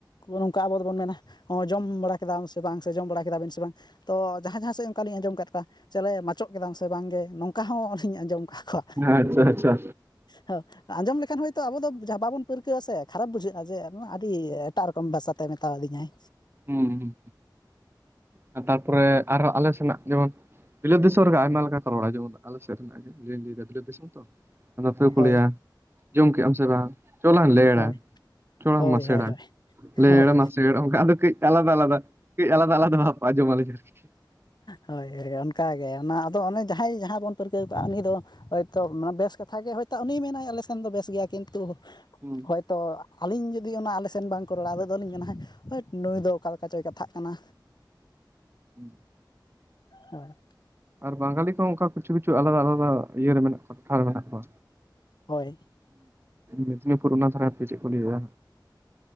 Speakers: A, on the left; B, on the right.
A: ᱱᱚᱝᱠᱟ ᱟᱵᱚ ᱫᱚᱵᱚᱱ ᱢᱮᱱᱟ ᱦᱚᱸ ᱡᱚᱢ ᱵᱟᱲᱟ ᱠᱮᱫᱟᱢ ᱥᱮ ᱵᱟᱝ ᱥᱮ ᱡᱚᱢ ᱵᱟᱲᱟ ᱠᱮᱫᱟᱵᱤᱱ ᱥᱮ ᱵᱟᱝ ᱛᱚ ᱡᱟᱦᱟᱸ ᱡᱟᱦᱟᱸ ᱥᱮᱫ ᱚᱱᱠᱟ ᱞᱤᱧ ᱟᱸᱡᱚᱢ ᱠᱟᱜ ᱠᱚᱣᱟ ᱪᱮᱞᱮ ᱢᱟᱪᱚᱜ ᱠᱮᱫᱟᱢ ᱥᱮ ᱵᱟᱝᱜᱮ ᱱᱚᱝᱠᱟ ᱦᱚᱸ ᱟᱹᱞᱤᱧ ᱟᱸᱡᱚᱢ ᱟᱠᱟᱫ ᱠᱚᱣᱟ
B: ᱟᱪᱪᱷᱟ ᱟᱪᱪᱷᱟ
A: ᱦᱚᱸ ᱟᱸᱡᱚᱢ ᱞᱮᱠᱷᱟᱱ ᱦᱚᱭᱛᱳ ᱟᱵᱚ ᱫᱚ ᱵᱟᱵᱚᱱ ᱯᱟᱹᱨᱠᱟᱹ ᱟ ᱥᱮ ᱠᱷᱟᱨᱟᱯ ᱵᱩᱡᱷᱟᱹᱜᱼᱟ ᱡᱮ ᱟᱹᱰᱤ ᱮᱴᱟᱜ ᱨᱚᱠᱚᱢ ᱠᱚᱢ ᱵᱷᱟᱥᱟᱛᱮ ᱢᱮᱛᱟᱣ ᱟᱫᱤᱧᱟᱭ
B: ᱦᱩᱸ ᱦᱩᱸ ᱟᱨ ᱛᱟᱨᱯᱚᱨᱮ ᱟᱨᱦᱚ ᱟᱞᱮ ᱥᱮᱱᱟᱜ ᱡᱮᱢᱚᱱ ᱵᱤᱞᱟᱹᱛ ᱫᱤᱥᱚᱢ ᱨᱮᱜᱮ ᱟᱭᱢᱟ ᱞᱮᱠᱟ ᱠᱚ ᱨᱚᱲᱟ ᱡᱮᱢᱚᱱ ᱟᱞᱮᱥᱮᱫ ᱨᱮᱱᱟᱜ ᱜᱮᱧ ᱞᱟᱹᱭᱮᱫᱟ ᱵᱤᱞᱟᱹᱛ ᱫᱤᱥᱚᱢ ᱛᱚ ᱟᱫᱚ ᱱᱚᱛᱮ ᱫᱚᱠᱚ
A: ᱦᱳᱭ
B: ᱞᱟᱹᱭᱟ ᱡᱚᱢ ᱠᱮᱫ ᱟᱢ ᱥᱮ ᱵᱟᱝ ᱪᱚᱞᱟᱝ ᱞᱮᱲᱟ
A: ᱦᱳᱭ
B: ᱪᱚᱞᱟᱝ
A: ᱦᱳᱭ
B: ᱢᱟᱥᱮᱲᱟ
A: ᱦᱳᱭ ᱦᱳᱭ
B: ᱞᱮᱲ
A: ᱦᱳᱭ
B: ᱢᱟᱥᱮᱲ ᱚᱱᱠᱟ ᱟᱫᱚ ᱠᱟᱹᱡ ᱟᱞᱟᱫᱟ ᱟᱞᱟᱫᱟ ᱠᱟᱹᱡ ᱟᱞᱟᱫᱟ ᱟᱞᱟᱫᱟ ᱵᱷᱟᱯ ᱟᱡᱚᱢᱟᱞᱤᱧ ᱟᱨᱠᱤ
A: ᱦᱳᱭ ᱚᱱᱠᱟᱜᱮ ᱚᱱᱟ ᱟᱫᱚ ᱚᱱᱮ ᱡᱟᱸᱦᱟᱭ ᱡᱟᱸᱦᱟ ᱵᱚᱱ ᱯᱟᱹᱨᱠᱟᱹᱣ ᱠᱟᱜᱼᱟ ᱩᱱᱤ ᱫᱚ ᱦᱳᱭᱛᱳ ᱢᱟᱱᱮ ᱵᱮᱥ ᱠᱟᱛᱷᱟ ᱜᱮ ᱦᱳᱭᱛᱳ ᱩᱱᱤ ᱢᱮᱱᱟᱭ ᱟᱞᱮ ᱥᱮᱱ ᱫᱚ ᱵᱮᱥ ᱜᱮᱭᱟ ᱠᱤᱱᱛᱩ
B: ᱦᱩᱸ
A: ᱦᱚᱭᱛᱚ ᱟᱹᱞᱤᱧ ᱡᱩᱫᱤ ᱚᱱᱟ ᱟᱞᱮ ᱥᱮᱱ ᱵᱟᱝᱠᱚ ᱨᱚᱲᱟ ᱟᱞᱤᱧ ᱫᱚᱞᱤᱧ ᱢᱮᱱᱟ ᱦᱳᱴ ᱱᱩᱭ ᱫᱚ ᱚᱠᱟ ᱞᱮᱠᱟ ᱪᱚᱭ ᱠᱟᱛᱷᱟᱜ ᱠᱟᱱᱟ
B: <inaudible>
A: ᱦᱮᱸ
B: ᱟᱨ ᱵᱟᱝᱜᱟᱞᱤ ᱠᱚ ᱦᱚᱸ ᱚᱱᱠᱟ ᱠᱤᱪᱷᱩ ᱠᱤᱪᱷᱩ ᱟᱞᱟᱫᱟ ᱟᱞᱟᱫᱟ ᱤᱭᱟᱹ ᱨᱮ ᱢᱮᱱᱟᱜ ᱠᱚᱣᱟ ᱴᱚᱴᱷᱟ ᱨᱮ ᱢᱮᱱᱟᱜ ᱠᱚᱣᱟ
A: ᱦᱳᱭ
B: ᱢᱮᱫᱽᱱᱤᱯᱩᱨ ᱚᱱᱟ ᱫᱷᱟᱨᱮ ᱦᱟᱯᱮ ᱪᱮᱫ ᱠᱚ ᱞᱟᱹᱭᱮᱫ ᱟ